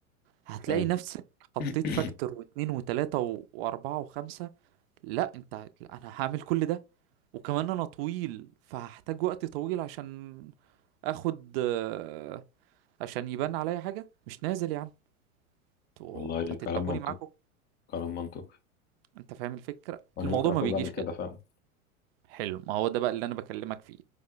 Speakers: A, on the right; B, on the left.
A: هتلاقي
B: أيوه
A: نفسك حطيت
B: <coughs>
A: فاكتور واتنين وتلاتة و- واربعة وخمسة لا انت لا انا هعمل كل ده وكمان انا طويل فهحتاج وقت طويل عشان اخد آه، عشان يبان عليا حاجة مش نازل يا عم انتوا
B: والله
A: انت هتتعبوني
B: كلام منطقي
A: معاكم
B: كلام منطقي
A: انت فاهم الفكرة
B: وأنا
A: الموضوع
B: ممكن أكون
A: ما بيجيش
B: بعمل كده
A: كده
B: فعلا
A: حلو ما هو ده بقى اللي انا بكلمك فيه